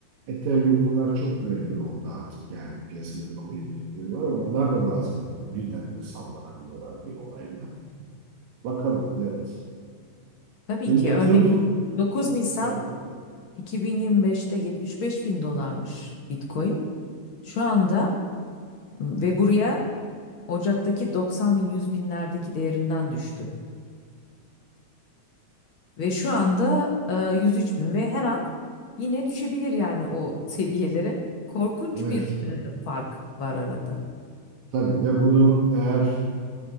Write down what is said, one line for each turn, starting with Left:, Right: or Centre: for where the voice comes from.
Right: Ethereum bunlar çok güvenilir oldu artık. Yani piyasada kabul edilirleri var ama onlar da bazen böyle birdenbire sallanabiliyorlar bir olayla. Bakalım evet.
Left: Tabii
Right: Tabii
Left: ki
Right: yatırım
Left: örneğin 9 Nisan
Right: fır-
Left: 2025'te 75 bin dolarmış Bitcoin. Şu anda ıı, ve buraya Ocak'taki 90 bin 100 binlerdeki değerinden düştü. Ve şu anda e, 103 bin ve her an yine düşebilir yani o <laughs> seviyelere. Korkunç
Right: Evet,
Left: bir e, fark var arada.
Right: tabii ve bunu eğer